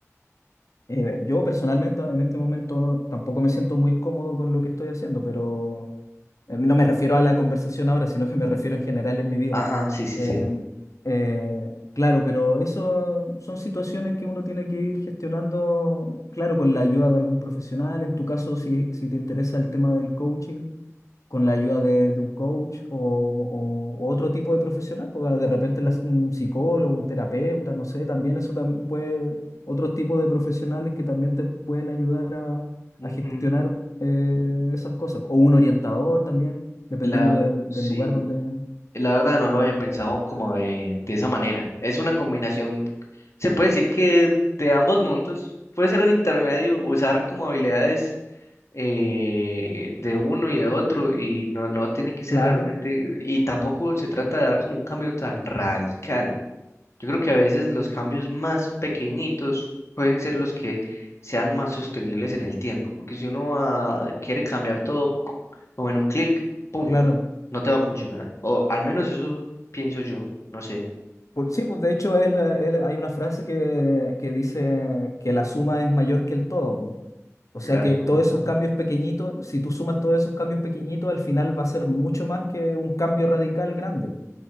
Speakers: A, on the left; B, on the left.
A: Eh, yo personalmente en este momento tampoco me siento muy cómodo con lo que estoy haciendo, pero eh, no me refiero a la conversación ahora, sino que me refiero en general en mi vida.
B: Ajá, sí, sí,
A: Eh,
B: sí.
A: eh, claro, pero eso son situaciones que uno tiene que ir gestionando, claro, con la ayuda de algún profesional. En tu caso, si, si te interesa el tema del coaching, con la ayuda de, de un coach o, o- o otro tipo de profesional, porque de repente las- un psicólogo, un terapeuta, no sé, también eso también puede, otros tipos de profesionales que también te pueden ayudar a,
B: Ujú,
A: a gestionar eh, esas cosas, o un orientador también, dependiendo
B: La verdad,
A: de- del
B: sí.
A: lugar donde...
B: La verdad no lo había pensado como de, de esa manera. Es una combinación, se puede decir que de ambos mundos. Puede ser un intermedio, usar como habilidades eh, de uno y de otro y no, no tiene que ser
A: Claro,
B: realmente, y tampoco se trata de dar como un cambio tan radical. Yo creo que a veces los cambios más pequeñitos pueden ser los que sean más sostenibles en el tiempo, porque si uno ah, quiere cambiar todo c- como en un clic, ¡pum!,
A: claro.
B: no te va a funcionar. O al menos eso pienso yo, no sé.
A: Por- sí, pues de hecho es la- es- hay una frase que, que dice que la suma es mayor que el todo. O sea
B: Las,
A: que todos esos
B: ajá.
A: cambios pequeñitos, si tú sumas todos esos cambios pequeñitos, al final va a ser mucho más que un cambio radical grande.